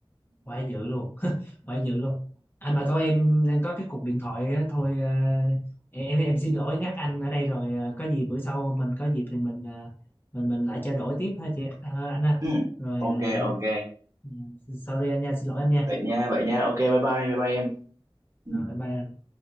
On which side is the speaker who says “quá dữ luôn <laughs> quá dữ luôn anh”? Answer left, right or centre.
Left